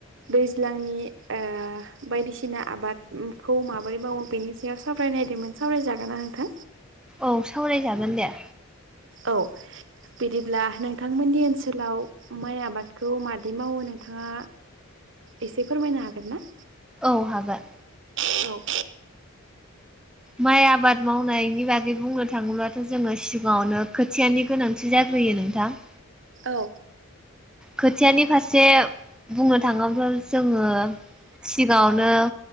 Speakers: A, on the right (about 55°); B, in the centre.
A: दैज्लांनि ओ बायदिसिना आबादखौ माबोरै मावो बेनि सायाव सावरायनायदोंमोन सावराय जागोनना नोंथां?
B: औ सावरायजागोन दे।
A: औ बिदिब्ला नोंथांमोननि ओनसोलाव माइ आबादखौ मादि मावो नोंथाङा एसे फोरमायनो हागोन ना?
B: औ हागोन
A: <inaudible> औ
B: माइ आबाद मावनायनि बागै बुंनो थाङोब्लाथ' जोङो सिगाङावनो खोथियानि गोनांथि जाग्रोयो नोंथां।
A: औ
B: खोथियानि फारसे बुंनो थाङोब्ला जोङो सिगाङावनो